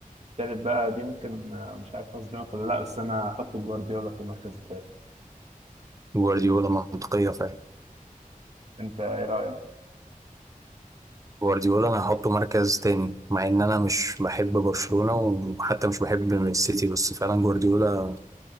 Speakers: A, on the right; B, on the right.
A: التالت بقى دي ممكن آه، مش عارف هصدمك ولا لا بس انا هحط جوارديولا في المركز التالت
B: جوارديولا منطقية فعلا
A: انت ايه رأيك؟
B: جوارديولا انا هحطه مركز تاني مع ان انا مش بحب برشلونة وحتى مش بحب السيتي بس فعلا جوارديولا